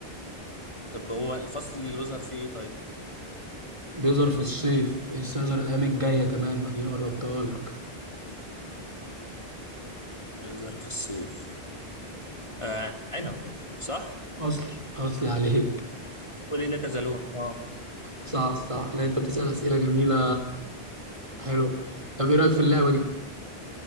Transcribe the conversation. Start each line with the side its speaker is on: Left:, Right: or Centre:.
Left: طب هو الفصل اللي بيظهر فيه ايه طيب
Right: بيظهر في الصيف لسه يظهر الأيام الجاية كمان اديني قربتها لك
Left: بيظهر في الصيف آه عنب صح
Right: أصلي أصلي عليك
Left: هو ليه ليه كذا لون اه
Right: صح صح لا أنت بتسأل أسئلة جميلة حلو طب إيه رأيك في اللعبة دي؟